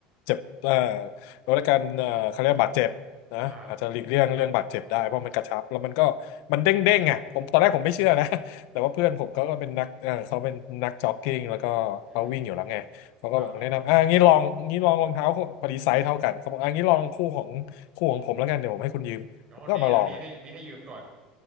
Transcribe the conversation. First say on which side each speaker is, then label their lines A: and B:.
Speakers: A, on the left; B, on the right.
A: เจ็บเอ่อลดอาการเอ่อเขาเรียกว่าบาดเจ็บนะอาจจะหลีกเลี่ยงเรื่องบาดเจ็บได้
B: อ่า
A: เพราะมันกระชับแล้วมันก็มันเด้งเด้งอะผมตอนแรกผมไม่เชื่อนะ <laughs> แต่ว่าเพื่อนผมเขาก็เป็นนักเออเขาเป็นนักจ็อกกิ้งแล้วก็เขาวิ่งอยู่แล้วไงเขาก็บอกแนะนำอ่ะงี้ลองงี้ลองรองเท้าคู่พอดีไซส์เท่ากันเขาบอกอ่างี้ลองคู่ของคู่ของผมแล้วกันเดี๋ยวผมให้คุณยืม
B: อืมครับผมอ๋อดีนะมีให้มีให้ยืมก่อน
A: ก็เอามาลองอะ